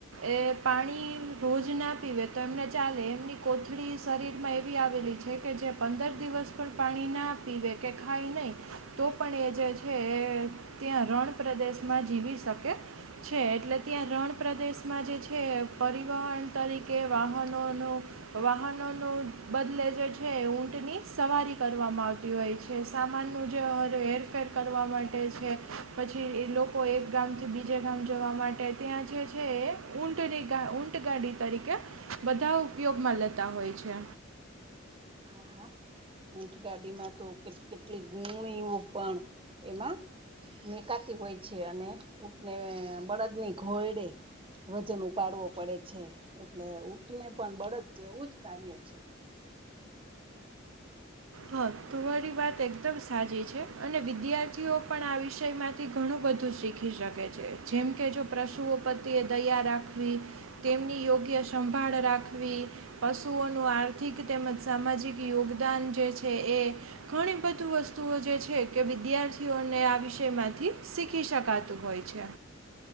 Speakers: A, on the right; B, on the right.
A: એ પાણી રોજના, પીવે તો એમને ચાલે એમની કોથળી શરીરમાં એવી આવેલી છે કે જે પંદર દિવસ, પણ પાણી ના પીવે કે ખાય નહીં તો પણ એ જે છે એ ત્યાં રણ પ્રદેશમાં જીવી શકે છે. એટલે ત્યાં રણ પ્રદેશમાં જે છે, પરિવહન તરીકે વાહનોનું વાહનો નુ બદલે જે છે ઊંટની સવારી કરવામાં આવતી હોય છે સામાનનું જે હેરફેર કરવા માટે છે. પછી એ લોકો એક ગામથી બીજે ગામ જવા માટે ત્યાં જે છે એ ઊંટની ઊંટ ગાડી તરીકે બધા ઉપયોગમાં લેતા હોય છે.
B: હા હા ઊંટગાડીમાં તો કે કેટલી ગુણી પણ એમાં નિકાતી હોય છે અને ઉંટને બળદ ની ઘોયડે વજન ઉપાડવો પડે છે, એટલે ઉટને પણ બળદ છે એવું જ કાર્ય છે.
A: હા તુમારી વાત એકદમ સાચી છે, અને વિદ્યાર્થીઓ પણ આ વિષયમાં થી ઘણું બધું શીખી શકે છે, જેમકે જો પશુઓ પ્રતિ એ દયા રાખવી તેમની યોગ્ય સંભાળ રાખવી, પશુઓનું આર્થિક તેમજ સામાજિક યોગદાન જે છે એ, ઘણી બધી વસ્તુઓ જે છે કે વિદ્યાર્થીઓને આ વિષય માંથી શીખી શકા તુ હોય છે.